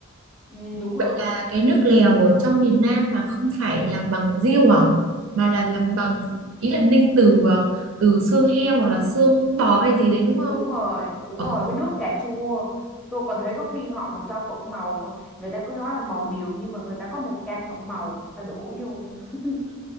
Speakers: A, in the centre; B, on the right (about 70°).
A: ừ, đúng
B: Vậy
A: rồi
B: là cái nước lèo ở trong miền Nam là không phải làm bằng riêu à? Mà là làm bằng ý là ninh từ ờ, từ xương heo hoặc là xương bò hay gì đấy đúng không?
A: đúng rồi đúng
B: Ờ,
A: rồi với nước cà chua tôi còn thấy có khi họ còn cho phẩm màu người ta cứ nói là màu điều nhưng mà người ta có một can phẩm màu người ta đổ vô <laughs>